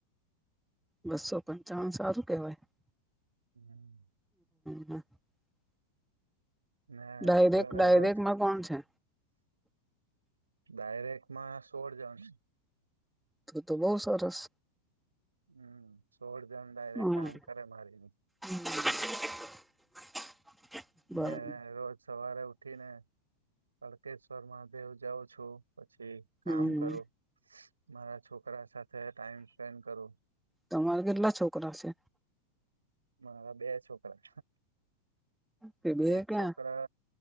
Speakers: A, in the centre; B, on the right.
A: બસો પંચાવન સારું કેવાય!
B: હમ્મ.
A: <inaudible>
B: ને
A: ડાયરેક્ટ
B: ઘરે
A: ડાયરેક્ટમાં
B: રોજ
A: કોણ છે
B: ડાયરેક્ટમાં સોળ જણ
A: તું તો બોવ સરસ
B: હમ સોળ જણ ડાયરેક્ટ
A: હમ
B: કામ કરે મારી ન
A: <inaudible> બરાબર
B: ને રોજ સવારે ઉઠીને તળકેશ્વર મહાદેવ જાઉ છું પછી કામ
A: હમ
B: કરું મારા છોકરા સા થે ટાઈમ સ્પેન્ડ કરુ
A: તમારે કેટલા છોકરા છે
B: મારા બે છોકરા
A: કે બે
B: એક
A: ક્યાં
B: છોકર